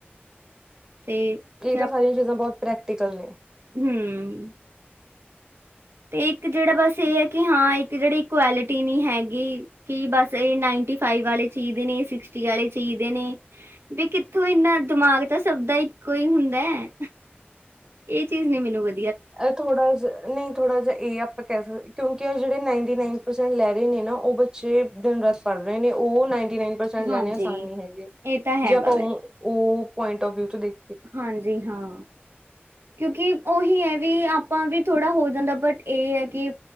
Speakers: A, on the right (about 85°); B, on the right (about 15°).
A: ਤੇ
B: ਇਹ
A: ਫਿਰ
B: ਤਾਂ ਸਾਰੀਆਂ ਚੀਜ਼ਾਂ ਬਹੁਤ ਪ੍ਰੈਕਟੀਕਲ ਨੇ
A: ਹਮ ਤੇ ਇਕ ਜਿਹੜਾ ਬਸ ਇਹ ਆ ਕਿ ਹਾਂ ਇੱਕ ਜਿਹੜੀ ਇਕੁਲਿਟੀ ਨੀ ਹੈਗੀ ਕਿ ਬਸ ਆ ਨਾਈਨਟੀ ਫਾਇਬ ਆਲੇ ਚਾਹੀਦੇ ਨੇ ਸਿਕਸ ਟੀ ਆਲੇ ਚਾਹੀਦੇ ਨੇ ਵੀ ਕਿਥੋਂ ਇਨਾ ਦਿਮਾਗ ਦਾ ਸਭ ਦਾ ਇੱਕੋ ਹੁੰਦਾ ਆ ਇਹ ਚੀਜ਼ ਨੀ ਮੈਨੂ ਵ
B: ਇਹ ਥੋੜਾ ਜਾ ਨਹੀਂ ਥੋੜਾ ਜਿਹਾ ਇਹ ਆਪਾਂ ਕਹਿ ਸਕਦੇ ਕਿਉਂਕਿ ਉਹ ਜਿਹੜੇ ਨਾਈਨਟੀ ਨਾਈਨ ਪਰਸੈਂਟ ਲੈ ਰਹੇ ਨੇ ਨਾ ਉਹ ਬੱਚੇ ਦਿਨ ਰਾਤ ਪੜ੍ਹ ਰਹੇ ਨੇ ਉਹ ਨਾ <unintelligible> ਨਾਇਨ ਪਰਸੈਂਟ
A: ਹਾਂਜੀ
B: ਲੈਣੇ ਆਸਾਨ ਨੀ ਹੈਗੇ
A: ਇਹ ਤਾਂ ਹੈਗਾ
B: ਜੇ ਆਪਾਂ
A: ਵੈ
B: ਉਹ ਉਹ ਪੁਇੰਟਫ ਆਫ ਵਿਊ ਤੋਂ ਦੇਖ
A: ਹਾਂਜੀ ਹਾਂ ਕਿਉਂਕਿ ਉਹੀ ਹੈ ਵੀ ਆਪਾਂ ਵੀ ਥੋੜ੍ਹਾ ਹੋ ਜਾਂਦਾ ਬਟ ਇਹ ਹੈ ਕਿ